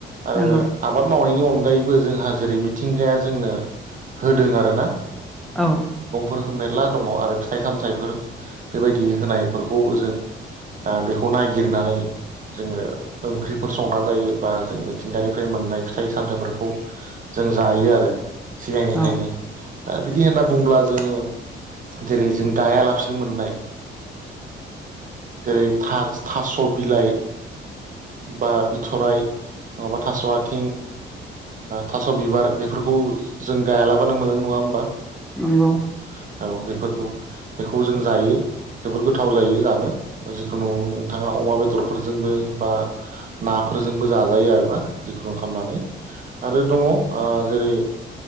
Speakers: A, on the right; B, in the centre.
A: आरो
B: नंगौ
A: आबाद मावनायनि अनगायै। अनगायैबो जोंहा जेरै मिथिंगाया जोंनो होदों आरो ना।
B: औ।
A: मेरला दङ आरो फिथाइ सामथफोर बेबायदि होनाय जों बेनो। नायागिरनानै। जोङो ओंख्रिफोर संना जायो बा जों मिथिंगानिफ्राय मोननाय फिथाइ सामथाइफोरखौ। जों जायो आरो सिगांनिफ्रायनो
B: औ
A: दा बिदि होनना बुंङोब्ला जोङो। जेरै जों गाया लाबासिनो मोननाय जेरै थास' बिलाइ बा बिथराय नङाबा थास' आथिं थास' बिबार बेफोरखौ जों गायालाबानो मोनो नङा होनबा?
B: नंगौ।
A: औ बेफोरखौ बेखौ जों जायो जोबोद गोथाव जायो जानो जिखुनु नोंथाङा अमा बेदरफोरजोंबो। बा नाफोरजोंबो जाजायो आरोना जिखुनु खालामनानै आरो दङ जेरै